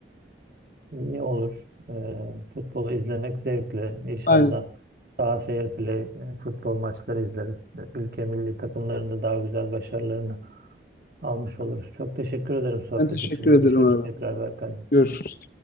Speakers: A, on the right; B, on the left.
A: İyi olur. Ee, futbolu izlemek zevkli. İnşallah
B: Aynen.
A: daha fair play e, futbol maçları izleriz. Ülke milli takımlarında daha güzel başarılarını almış oluruz. Çok teşekkür ederim sohbet
B: Ben teşekkür
A: için. Görüşürüz
B: ederim abi.
A: tekrar Berkay.
B: Görüşürüz.